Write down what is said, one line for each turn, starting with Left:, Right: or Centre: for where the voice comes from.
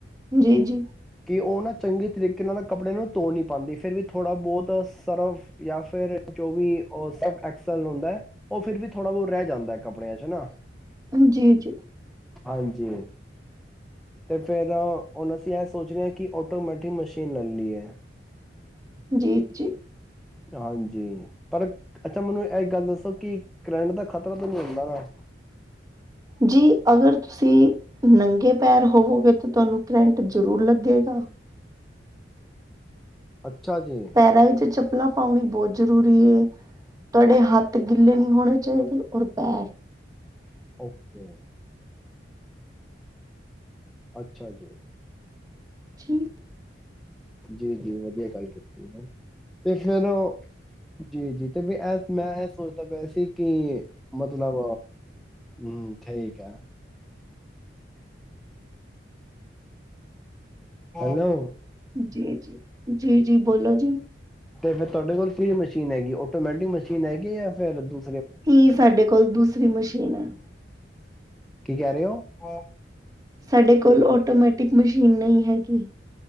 Right: ਜੀ ਜੀ।
Centre: ਕਿ ਉਹ ਨਾ ਚੰਗੇ ਤਰੀਕੇ ਨਾਲ ਕੱਪੜੇ ਨੂੰ ਧੋ ਨੀ ਪਾਂਦੀ, ਫਿਰ ਵੀ ਥੋੜ੍ਹਾ ਬਹੁਤ ਸਰਫ ਜਾਂ ਫੇਰ ਚੌਵੀ ਉਹ ਸਭ ਐਕਸਲ ਹੁ ਹੈ, ਉਹ ਫਿਰ ਵੀ ਥੋੜ੍ਹਾ ਬਹੁਤ ਰਹਿ ਜਾ ਜਾਂਦਾ ਕੱਪੜਿਆਂ ਚੋਂ ਨਾ
Right: ਜੀ ਜੀ
Centre: ਹਾਂਜੀ। ਤੇ ਫੇਰ ਹੁਣ ਅਸੀਂ ਇਹ ਸੋਚ ਰਹੇ ਹਾਂ, ਕਿ ਆਟੋਮੈਟਿਕ ਮਸ਼ੀਨ ਲੈ ਲਈਏ।
Right: ਜੀ, ਜੀ।
Centre: ਹਾਂਜੀ ਪਰ ਅੱਛਾ ਮੈਨੂੰ ਇਹ ਗੱਲ ਦੱਸੋ ਕਿ ਕਰੰਟ ਦਾ ਖ਼ਤਰਾ ਤੁਹਾਨੂੰ ਆਉਦਾ ਵਾ
Right: ਜੀ ਅਗਰ ਤੁਸੀਂ ਨੰ ਨੰਗੇ ਪੈਰ ਹੋਵੋਗੇ ਤੇ ਤੁਹਾਨੂੰ ਕਰੰਟ ਜ਼ਰੂਰ ਲੱ ਲੱਗੇਗਾ।
Centre: ਅੱਛਾ ਜੀ,
Right: ਪੈਰਾਂ ਵਿੱਚ ਚੱਪਲਾਂ ਪਾਉਣੀ ਬਹੁਤ ਜ਼ਰੂਰੀ ਤੁਹਾਡੇ ਹੱਥ ਗਿੱਲੇ ਨਹੀਂ ਹੋਣੇ ਚਾਹੀਦੇ ਔਰ ਪੈਰ
Centre: ਓਕੇ ਅੱਛਾ ਜੀ,
Right: ਠੀਕ,
Centre: ਜੀ-ਜੀ ਵਧੀਆ ਗੱਲ ਕੀਤੀ ਹੈ। ਇਸ ਲਈ ਓ ਜੀ-ਜੀ ਤੇ ਵੀ ਮੈਂ ਇਹ ਸੋਚਦਾ ਪਿਆ ਸੀ, ਕਿ ਮਤਲਬ ਹੂੰ ਠੀਕ ਹੈ। ਹੈਲੋ,
Right: ਜੀ ਜੀ ਜੀ ਜੀ ਬੋਲੋ ਜੀ
Centre: ਤੇ ਫੇਿਰ ਤੁਹਾਡੇ ਕੋਲ ਕੇਹੜੀ ਮਸ਼ੀਨ ਹੈਗੀ ਆਟੋਮੈਟਿਕ ਮਸ਼ੀਨ ਹੈਗੀ ਜਾਂ ਫਿਰ ਦੂ
Right: ਕੀ ਸਾਡੇ ਕੋਲ ਦੂਸਰੀ ਮਸ਼ੀਨ ਹੈ
Centre: ਕੀ ਕਹਿ ਰਹੇ ਹੋ
Right: ਸਾਡੇ ਕੋਲ ਆਟੋਮੈਟਿਕ ਮਸ਼ੀਨ ਨਹੀਂ ਹੈਗੀ